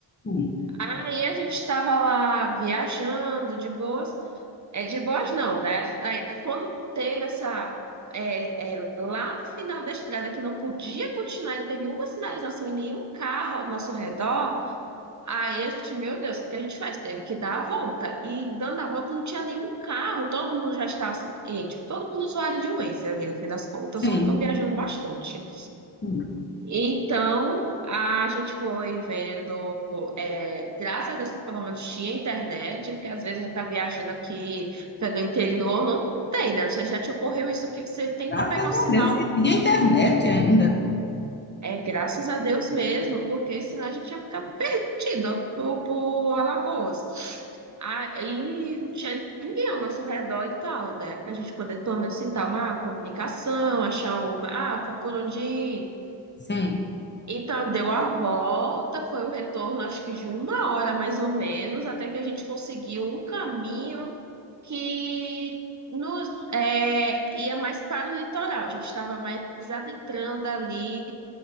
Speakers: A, on the left; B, on the right.
A: Hum,
B: Aí a gente estava lá viajando de boas, é de boas não, né? Aí quando teve essa é, é, lá no final da estrada que não podia continuar, não teve uma sinalização e nenhum carro ao nosso redor. Aí a gente, meu Deus, o que que a gente faz? Teve que dar a volta. E dando a volta não tinha nenhum carro, todo mundo já estava, assim, e, tipo, todo mundo usuário de Waze ali no fim das contas,
A: Sim,
B: ou que estão viajando bastante.
A: hum.
B: Então, a gente foi vendo, é, graças a Deus que pelo menos tinha internet, porque às vezes a gente está viajando aqui pelo interior, não tem, né? Você já te ocorreu isso que você tenta
A: Graças
B: pegar o sinal,
A: a Deus que tinha internet ainda.
B: é graças a Deus mesmo, porque senão a gente já ficava perdido por, por Alagoas. Aí não tinha ninguém ao nosso redor e tal, né? Para a gente poder, pelo menos, sentar uma comunicação, achar uma, ah, por onde ir.
A: Sim,
B: Então, deu a volta, foi o retorno, acho que de uma hora mais ou menos, até que a gente conseguiu um caminho que nos, é, ia mais para o litoral. A gente estava mais adentrando ali,